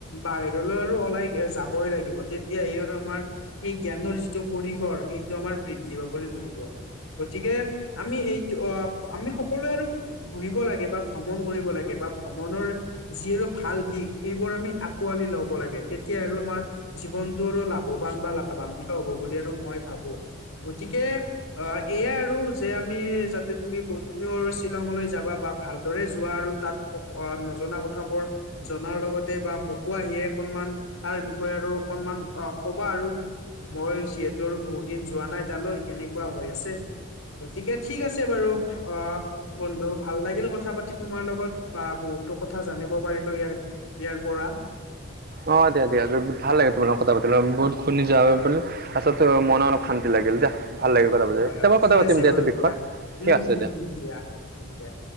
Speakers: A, on the left (about 85°); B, on the right (about 45°).
A: বাহিৰ', হ'লে আৰু ওলাই যাবই লাগিব তেতিয়া এই আৰু আমাৰ', সেই জ্ঞানৰ যিটো পৰিসৰ, সেইটো আমাৰ বৃদ্ধি পাবলৈ ধৰিব', গতিকে আমি এইটো অ', - আমি সকলোৱে আৰু', ফুৰিব লাগে বা ভ্ৰমণ কৰিব লাগে বা ভ্ৰমণৰ', যিহেতু ভাল দিশ সেইবোৰ আমি আকোৱালি লওঁ', ল'ব লাগে, তেতিয়া আৰু আমাৰ জীৱনতটো আৰু লাভৱান বা লাভান্বিত হব বুলি আৰু মই ভাবোঁ', গতিকে', অ, এয়াই আৰু যে আমি যাতে তুমি, তুমি আৰু শ্বিলঙলৈ যাবা বা ভালদৰে যোৱা আৰু তাত', অ', নজনা কথাবোৰ জনাৰ লগতে বা মোকো আহিয়েই', অকনমান, তাৰ বিষয়ে আৰু অকনমান অ', কবা আৰু', মই যিহেতু আৰু বহুত দিন যোৱা নাই তালৈ কেনেকুৱা হৈ আছে। গতিকে ঠিক আছে বাৰু অ। বন্ধু ভাল লাগিল কথা পাতি তোমাৰ লগত বা বহুতো কথা জানিব পাৰিলো ইয়াৰ ইয়াৰ পৰা
B: অ', দিয়া', - দিয়া', ভাল লাগে তোমাল লগত কথা পাতিলে বহুত খুলি যোৱা
A: হয়
B: বুলি ', তাৰপিছতে মনও অলপ শান্তি লাগিল দে ভাল লাগিল', কথা পাতি
A: হয়',
B: কেতিয়াবা
A: - হয়',
B: কথা
A: ঠিক
B: পাতিম
A: আছে বাৰু
B: এইটো বিষয়ত
A: দিয়া,
B: ঠিক
A: উম',
B: আছে
A: - উম', -উম', দিয়া, উম', দিয়া',